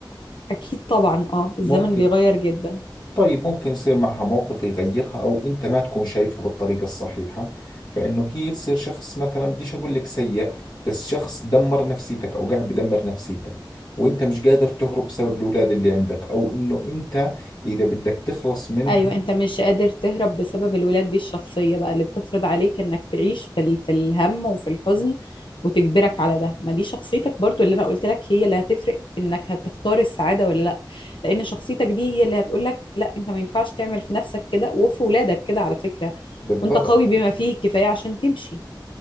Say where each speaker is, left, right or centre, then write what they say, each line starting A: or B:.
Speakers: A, on the left (about 80°); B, on the left (about 60°).
A: اكيد طبعا اه
B: ممكن
A: الزمن بيغير جدا
B: طيب ممكن يصير معها موقف يغيرها أو أنت ما تكون شايفها بالطريقة الصحيحة فإنه هي تصير شخص مثلا بديش أقول لك سيء بس شخص دمر نفسيتك أو قاعد بدمر نفسيتك وأنت مش قادر تهرب بسبب الأولاد اللي عندك أو إنه أنت إذا بدك تخلص منها
A: ايوه انت مش قادر تهرب بسبب الولاد دي الشخصيه بقى اللي بتفرض عليك انك تعيش في ال... في الهم وفي الحزن وتجبرك على ده ما دي شخصيتك برضو اللي انا قلت لك هي اللي هتفرق انك هتختار السعاده ولا لا لان شخصيتك دي هي اللي هتقول لك لا انت ما ينفعش تعمل في نفسك كده وفي ولادك كده على فكره
B: بالضبط
A: وانت قوي بما فيه الكفايه عشان تمشي